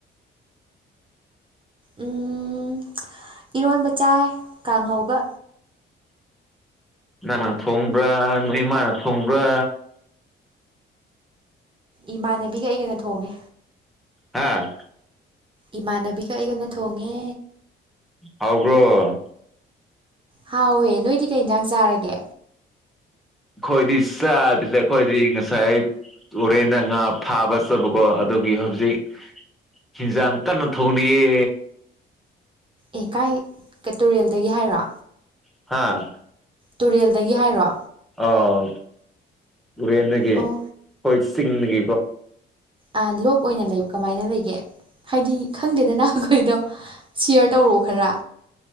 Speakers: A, on the right; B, in the centre.
A: ꯎꯝ ꯏꯔꯣꯟꯕ ꯆꯥꯏ ꯀꯥꯡꯉꯧꯒ
B: ꯅꯪꯅ ꯊꯣꯡꯕ꯭ꯔꯥ ꯅꯣꯏ ꯏꯃꯥꯅ ꯊꯣꯡꯕ꯭ꯔꯥ
A: ꯏꯃꯥꯟꯅꯕꯤꯒ ꯑꯩꯒꯅ ꯊꯣꯡꯉꯦ
B: ꯍꯥꯥ
A: ꯏꯃꯥꯟꯅꯕꯤꯒ ꯑꯩꯒꯅ ꯊꯣꯡꯉꯦ
B: ꯍꯥꯎꯕ꯭ꯔꯣ
A: ꯍꯥꯎꯋꯦ ꯅꯣꯏꯗꯤ ꯀꯩ ꯌꯦꯟꯖꯥꯡ ꯆꯥꯔꯒꯦ
B: ꯈꯣꯏꯗꯤ ꯆꯥꯗ꯭ꯔꯤꯗ ꯈꯣꯏꯗꯤ ꯉꯁꯥꯏ ꯇꯣꯔꯦꯟꯗ ꯉꯥ ꯐꯥꯕ ꯆꯕꯀꯣ ꯑꯗꯨꯒꯤ ꯍꯧꯖꯤꯛ ꯍꯤꯟꯁꯥꯡ ꯀꯟꯅ ꯊꯣꯡꯔꯤꯌꯦ
A: ꯑꯦ ꯀꯥꯏ ꯀ ꯇꯨꯔꯦꯜꯗꯒꯤ ꯍꯥꯏꯔꯣ
B: ꯍꯥꯥ
A: ꯇꯨꯔꯦꯜꯗꯒꯤ ꯍꯥꯏꯔꯣ
B: ꯑꯥꯎ ꯇꯨꯔꯦꯟꯗꯒꯤ ꯑꯩꯈꯣꯏ
A: ꯑꯣ
B: ꯆꯤꯡꯗꯒꯤꯀꯣ
A: ꯑ ꯂꯣꯛ ꯑꯣꯏꯅ ꯂꯩꯕ ꯀꯃꯥꯏꯅ ꯂꯩꯒꯦ ꯍꯥꯏꯗꯤ ꯈꯪꯗꯦꯗꯅ ꯑꯩꯈꯣꯏꯗꯣ ꯁꯤꯌꯥꯔ ꯇꯧꯔꯛꯑꯣ ꯈꯔ